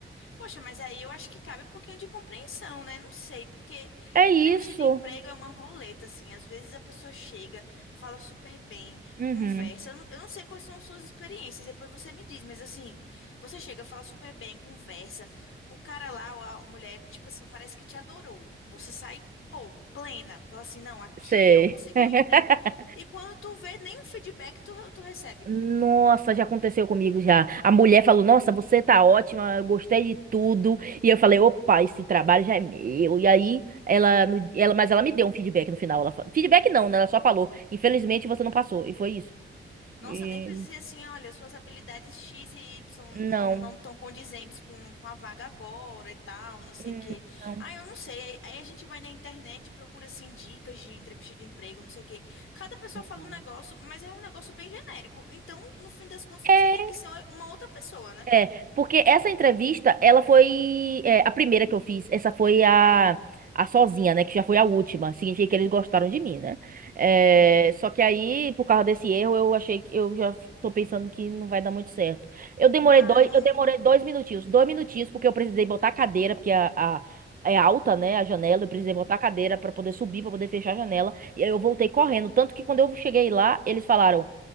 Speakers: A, on the left; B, on the right.
A: Poxa, mas aí eu acho que cabe um pouquinho de compreensão, né? Não sei, porque
B: É
A: entrevista
B: isso.
A: de emprego é uma roleta, assim. Às vezes a pessoa chega, fala super bem,
B: Uhum.
A: conversa. Eu não, eu não sei quais são suas experiências, depois você me diz, mas assim, você chega, fala super bem, conversa. O cara lá, ou a mulher, tipo assim, parece que te adorou. Você sai, pô, plena. Fala assim, não, aqui
B: Sei.
A: eu consegui
B: <laughs>
A: o um emprego. E quando tu vê, nenhum feedback tu, tu recebe.
B: Nossa, já aconteceu comigo já. A mulher falou: Nossa, você tá ótima, eu gostei de tudo. E eu falei: Opa, esse trabalho já é meu. E aí, ela, no- ela, mas ela me deu um feedback no final. Ela, fa- feedback não, né? Ela só falou: Infelizmente você não passou. E foi isso.
A: Nossa,
B: E-
A: nem precisa dizer assim, olha, suas habilidades X e Y
B: Não.
A: não não estão condizentes com, com a vaga agora e tal, não sei
B: Hum,
A: o quê.
B: Não.
A: Ah, eu não sei. Aí, aí a gente vai na internet e procura, assim, dicas de entrevista de emprego, não sei o quê. Cada pessoa
B: Uhum.
A: fala um negócio, mas é um negócio bem genérico. Então, no fim das contas,
B: É,
A: você tem que ser uma outra pessoa, né?
B: É, porque essa entrevista, ela foi é, a primeira que eu fiz. Essa foi a, a sozinha, né? Que já foi a última. Significa que eles gostaram de mim, né? É,
A: Uhum.
B: só que aí, por causa desse erro, eu achei que eu já tô pensando que não vai dar muito certo. Eu demorei
A: Ah,
B: dois,
A: não.
B: eu demorei dois minutinhos, dois minutinhos, porque eu precisei botar a cadeira, porque a, a- é alta, né? A janela, eu precisei
A: Uhum.
B: botar a cadeira pra poder subir, pra poder fechar a janela. E aí eu voltei correndo. Tanto que quando eu cheguei lá, eles falaram.